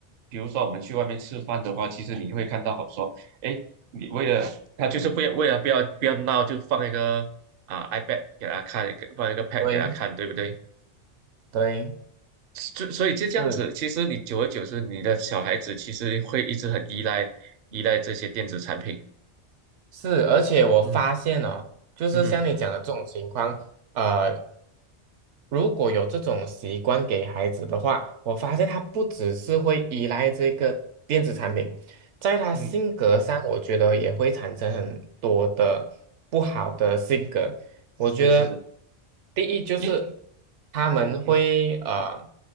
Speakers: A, on the right; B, on the right.
A: 比如说我们去外面吃饭的话，其实你会看到好说，哎，你为了他就是不要为了不要不要闹，就放一个啊 iPad 给他看，一个放一个 Pad
B: 对
A: 给他看，对不对？
B: 对，
A: 就所以就这样子，
B: 是
A: 其实你久而久之，你的小孩子其实会一直很依赖依赖这些电子产品。
B: 是，而且我发现哦，
A: 嗯
B: 就是像你讲的这种情况，
A: 嗯哼
B: 呃，如果有这种习惯给孩子的话，我发现他不只是会依赖这个电子产品，在他性格上，
A: 嗯，
B: 我觉得也会产生很多的不好的性格。我觉得
A: 是是是，
B: 第一就是
A: 因
B: 他们会呃
A: 嗯，